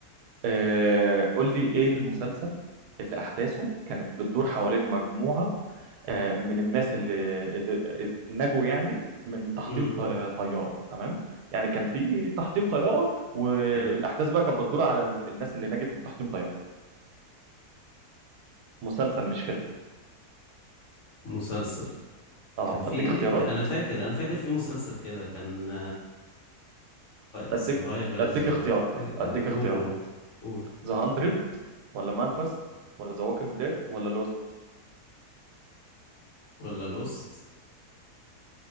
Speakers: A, on the right; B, on the left.
A: آه قول لي ايه المسلسل اللي احداثه كانت بتدور حوالين مجموعة آه من الناس اللي اللي نجوا يعني من تحطيم
B: امم
A: ط- آه، طيارة تمام يعني كان في تحطيم طيارة والاحداث
B: حلو
A: بقى كانت بتدور على الناس اللي نجت من تحطيم طيارة مسلسل مش فيلم
B: مسلسل
A: اه
B: كان في
A: اديك اختيارات
B: ك- انا فاكر انا فاكر في مسلسل كده كان
A: اديك
B: سيرفايفرز
A: اديك
B: ولا
A: اختيارات
B: حاجه كده
A: اديك
B: قول
A: اختيارات
B: قول قول
A: ذا 100 ولا مانفست ولا ذا ووكينج ديد ولا لوست
B: ولا لوست